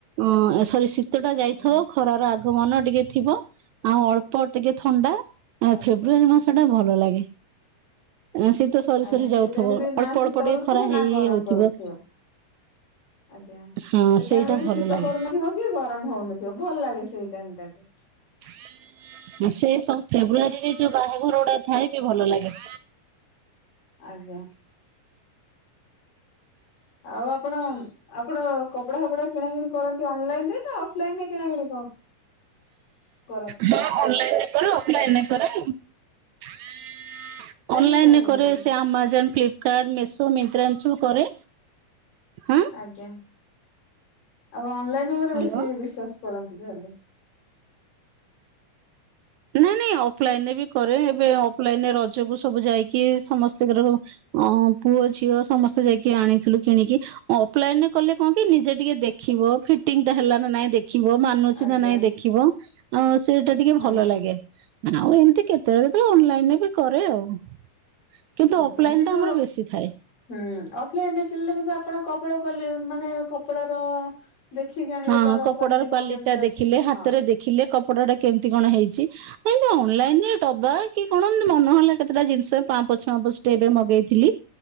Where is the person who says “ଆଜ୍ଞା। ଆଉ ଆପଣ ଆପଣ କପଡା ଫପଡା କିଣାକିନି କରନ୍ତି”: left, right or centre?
Left